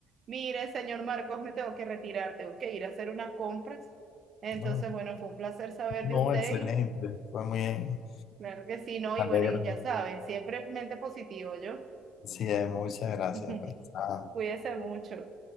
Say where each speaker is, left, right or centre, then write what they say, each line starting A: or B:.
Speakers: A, on the right; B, on the left.
A: Mire, señor Marcos, me tengo que retirar, tengo que ir a hacer unas compras. Entonces,
B: No,
A: bueno, fue un placer saber
B: no,
A: de usted
B: excelente.
A: y
B: Fue muy bien.
A: claro que sí, ¿no? Y
B: Me alegra.
A: bueno, y ya saben, siempre es mente positivo, yo.
B: Sí, muchas gracias.
A: <laughs>
B: pues. Ah.
A: Cuídese mucho.